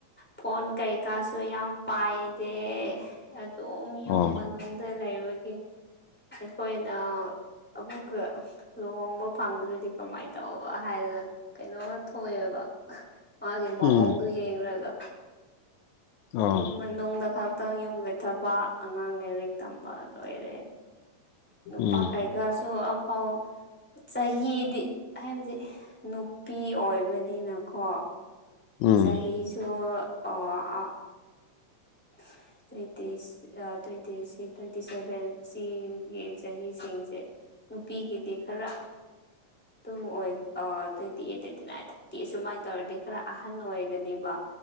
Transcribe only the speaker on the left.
ꯑꯣ
ꯎꯝ
ꯑꯣ
ꯎꯝ
ꯎꯝ